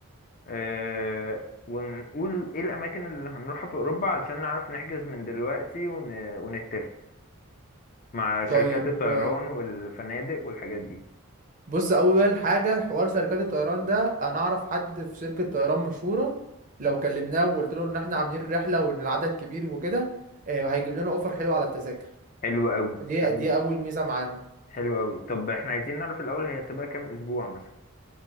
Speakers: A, on the left; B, on the right.
A: اه ونقول ايه الاماكن اللي هنروحها في أوروبا علشان نعرف نحجز من دلوقتي ون... ونتفق مع شركات
B: طيب
A: الطيران
B: آه،
A: والفنادق والحاجات دي
B: بص أول حاجة حوار شركات الطيران ده أنا أعرف حد في شركة طيران مشهورة لو كلمناه وقلت له إن إحنا عاملين رحلة وإن العدد كبير وكده آه، هيجيب لنا أوفر حلو على التذاكر
A: حلو قوي
B: دي
A: حلو
B: دي أول ميزة معانا
A: حلو قوي طب احنا عايزين نعرف الاول هي هتبقى كام اسبوع مثلا